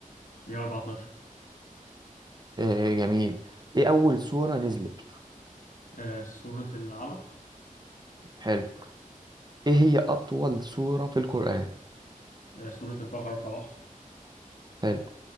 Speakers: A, on the left (about 65°); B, on the right (about 30°).
A: 114
B: آه جميل إيه أول سورة نزلت
A: آه سورة العلق
B: حلو إيه هي أطول سورة في القرآن
A: آه سورة البقرة طبعا
B: حلو